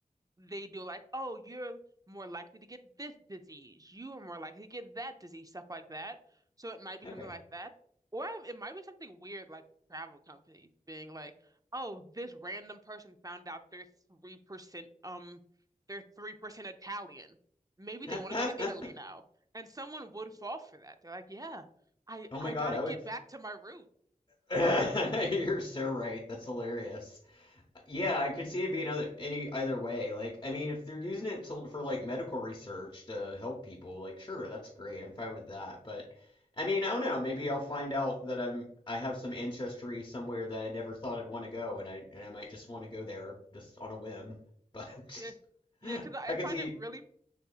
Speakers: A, on the right; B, on the left.
A: they do like, oh, you're more likely to get this disease. You are more likely to get that disease, stuff like that. So it might be
B: Okay.
A: something like that. Or it might be something weird like travel companies being like, oh, this random person found out they're 3% um they're 3% Italian. Maybe
B: <laughs>
A: they want to go to Italy now. And someone would fall for that. They're like, yeah, I
B: Oh
A: I
B: my God,
A: gotta
B: I
A: get
B: would.
A: back to my root.
B: <laughs> You're so right. That's hilarious. Yeah, I could see it being other any either way. Like, I mean, if they're using it to, for like medical research to help people, like, sure, that's great. I'm fine with that. But I mean, I don't know. Maybe I'll find out that I'm I have some ancestry somewhere that I never thought I'd want to go, and I and I might just want to go there just on a whim. But
A: Yeah.
B: <laughs>
A: Yeah,
B: I
A: because I
B: could
A: find
B: see.
A: it really